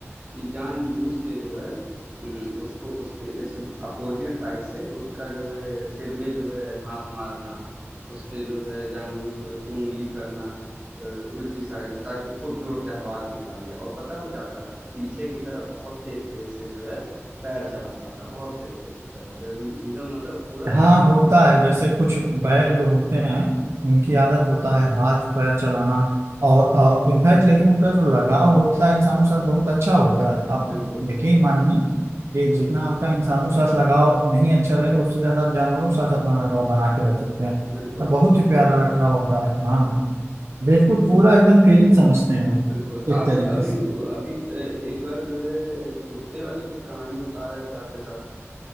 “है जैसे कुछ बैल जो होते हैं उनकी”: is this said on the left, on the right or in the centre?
Right